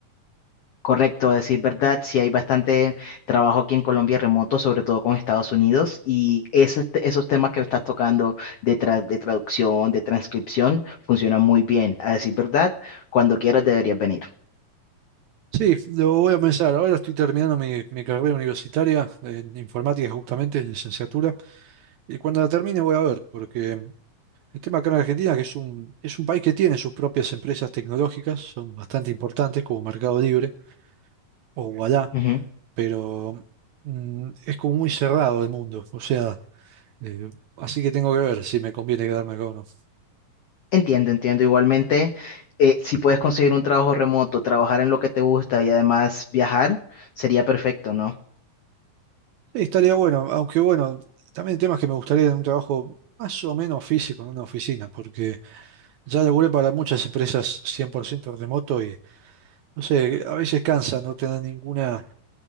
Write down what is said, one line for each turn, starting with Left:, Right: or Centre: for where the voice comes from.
Left: Correcto, a decir verdad, sí hay bastante trabajo aquí en Colombia remoto, sobre todo con Estados Unidos, y esos, esos temas que estás tocando de, tra- de traducción, de transcripción, funcionan muy bien. A decir verdad, cuando quieras deberías venir.
Right: Sí, lo voy a pensar. Ahora estoy terminando mi, mi carrera universitaria en informática justamente, en licenciatura. Y cuando la termine voy a ver, porque el tema acá en Argentina, que es un, es un país que tiene sus propias empresas tecnológicas, son bastante importantes como Mercado Libre o Ualá.
Left: Ujú.
Right: pero mm, es como muy cerrado el mundo, o sea, eh, así que tengo que ver si me conviene quedarme acá o no. Sí,
Left: Entiendo, entiendo. Igualmente, eh, si puedes conseguir un trabajo remoto, trabajar en lo que te gusta y además viajar, sería perfecto, ¿no?
Right: estaría bueno, aunque bueno, también el tema es que me gustaría en un trabajo más o menos físico, en una oficina, porque ya laburé para muchas empresas 100% remoto y, no sé, a veces cansa no tener ninguna,